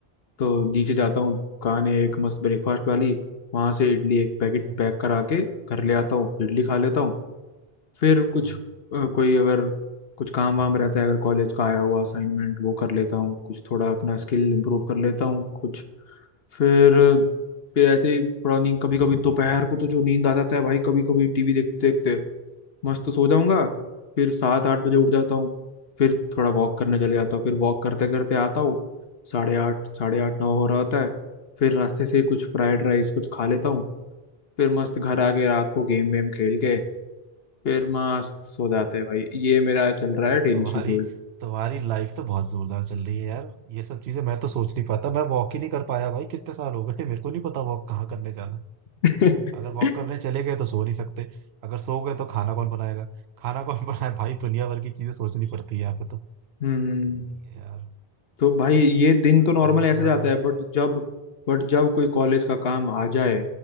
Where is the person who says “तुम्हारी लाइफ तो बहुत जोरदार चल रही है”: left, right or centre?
Right